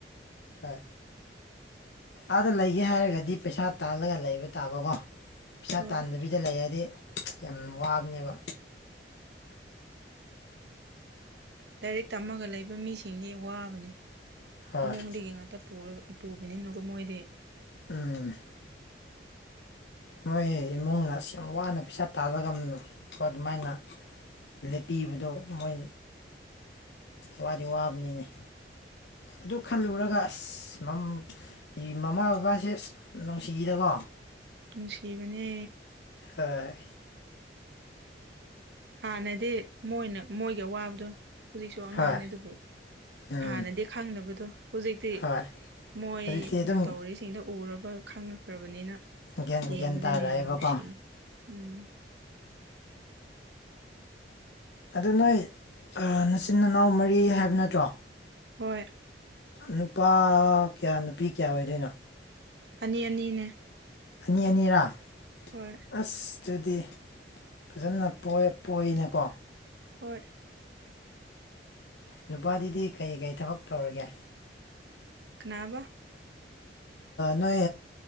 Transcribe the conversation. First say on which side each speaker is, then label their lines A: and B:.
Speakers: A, on the left; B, on the right.
A: ꯍꯣꯏ ꯑꯥꯗ ꯂꯩꯒꯦ ꯍꯥꯏꯔꯒꯗꯤ ꯄꯩꯁꯥ ꯇꯥꯜꯂꯒ ꯂꯩꯕ ꯇꯥꯕꯀꯣ ꯄꯩꯁꯥ
B: ꯍꯣꯏ
A: ꯇꯥꯟꯗꯕꯤꯗ ꯂꯩꯔꯗꯤ ꯌꯥꯝ ꯋꯥꯕꯅꯦꯕ
B: ꯂꯥꯏꯔꯤꯛ ꯇꯝꯃꯒ ꯂꯩꯕ ꯃꯤꯁꯤꯡꯗꯤ ꯋꯥꯕꯅꯦ
A: ꯍꯣꯏ
B: ꯏꯃꯨꯡꯗꯒꯤ ꯉꯥꯛꯇ ꯄꯨꯔꯒ ꯄꯨꯕꯅꯤꯅꯀꯣ ꯃꯣꯏꯗꯤ
A: ꯎꯝ ꯃꯣꯏ ꯏꯃꯨꯡꯅ ꯑꯁꯤ ꯌꯥꯝ ꯋꯥꯅ ꯄꯩꯁꯥ ꯇꯥꯜꯔꯒ ꯀꯣ ꯑꯗꯨꯃꯥꯏꯅ ꯂꯦꯞꯄꯤꯕꯗꯣ ꯃꯣꯏ ꯋꯥꯔꯤꯗꯤ ꯋꯥꯕꯅꯤꯅꯦ ꯑꯗꯨ ꯈꯜꯂꯨꯔꯒ ꯑꯁ ꯃꯃꯥ ꯕꯕꯥꯁꯦ ꯑꯁ ꯅꯨꯡꯁꯤꯗꯀꯣ ꯑ
B: ꯅꯨꯡꯁꯤꯕꯅꯦ
A: ꯍꯣꯏ
B: ꯍꯥꯟꯅꯗꯤ ꯃꯣꯏꯅ ꯃꯣꯏꯒꯤ ꯑꯋꯥꯕꯗꯣ ꯍꯧꯖꯤꯛꯁꯨ ꯑꯉꯥꯡꯅꯦ
A: ꯍꯣꯏ
B: ꯑꯗꯨꯕꯨ
A: ꯎꯝ
B: ꯍꯥꯟꯅꯗꯤ ꯈꯪꯅꯕꯗꯣ ꯍꯧꯖꯤꯛꯇꯤ
A: ꯍꯣꯏ
B: ꯃꯣꯏꯅ
A: ꯍꯧꯖꯤꯛꯇꯤ ꯑꯗꯨꯝ
B: ꯇꯧꯔꯤꯁꯤꯡꯗ ꯎꯔꯕ ꯈꯪꯉꯈ꯭ꯔꯕꯅꯤꯅ
A: ꯒ꯭ꯌꯥꯟ
B: ꯡꯃꯗꯅ
A: ꯒ꯭ꯌꯥꯟ ꯇꯥꯔꯛꯑꯦꯕꯀꯣ
B: ꯌꯥꯝꯅꯨꯡꯁꯤꯦ ꯎꯝ
A: ꯑꯗꯨ ꯅꯣꯏ ꯅꯆꯤꯟ ꯏꯅꯥꯎ ꯃꯔꯤ ꯍꯥꯏꯕ ꯅꯠꯇ꯭ꯔꯣ
B: ꯍꯣꯏ
A: ꯅꯨꯄꯥ ꯀꯌꯥ ꯅꯨꯄꯤ ꯀꯌꯥ ꯑꯣꯏꯗꯣꯏꯅꯣ
B: ꯑꯅꯤ ꯑꯅꯤꯅꯦ
A: ꯑꯅꯤ ꯑꯅꯤꯔꯥ
B: ꯍꯣꯏ
A: ꯑꯁ ꯑꯗꯨꯗꯤ ꯐꯖꯅ ꯄꯣꯏꯅꯀꯣ
B: ꯍ
A: ꯅꯨꯄꯥꯗꯤꯗꯤ ꯀꯩ ꯀꯔꯤ ꯊꯕꯛ ꯇꯧꯔꯒꯦ
B: ꯀꯅꯥꯕ
A: ꯅꯣꯏ